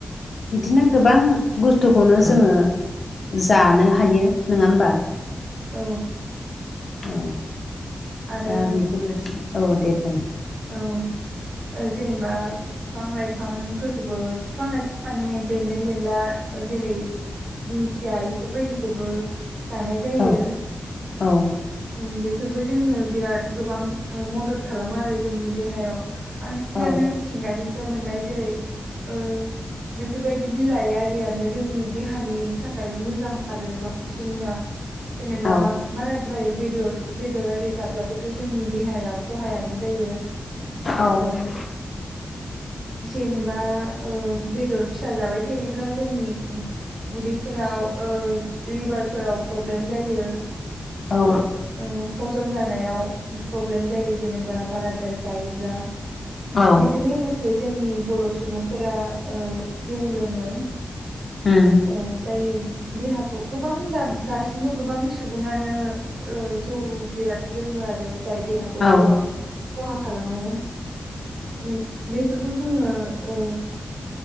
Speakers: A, on the left; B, on the right.
A: बिदिनो गोबां बुस्थुखौनो जोङो जानो हायो नोङा होमबा
B: औ
A: औ।
B: आरो
A: दा बेफोर बायदि औ दे बुं
B: औ ओ जेनेबा फिफां-लाइफांफोरखौबो फिफां-लाइफां माने बेन्दों-बेनला ओ जेरै दिंखिया इफोर बायदिखौबो जानाय जायो।
A: औ औ
B: उम बेफोरबो जोंनो बिराद गोबां ओ मदद खालामो आरो जोंनि देहायाव बांसिनानो
A: औ
B: मिथिंगानिफ्राय मोननाय जेरै ओ बेफोर बायदि बिलाइ आरियानो जोंनि देहानि थाखाय मोजां आरो बांसिना। जेनेबा
A: औ
B: बां-बाराद्राय बेदर बेदर आरि जाब्लाबोथ' जोंनि देहाया खहायानो जायो
A: औ
B: ओ जेनेबा ओ बेदर-फिसा जाबाय थायोब्ला जोंनि उन उदैफोराव ओ लिभारफोराव प्रब्लेम जायो।
A: औ।
B: ओ हजम जानायाव प्रब्लेम जायो जेनेबा बाराद्राय जायोब्ला।
A: औ
B: बेजों लोगोसे जोंनि बर' सुबुंफोरा ओ जौ लोङो।
A: उम।
B: ओ जायो देहाखौ गोबां दा दासिमबो गोबां सुबुङानो ओ जौ बिराद लोङो आरो जाय देहाखौ
A: औ
B: गोबां खहा खालामो उम बेफोरखौ जोङो ओ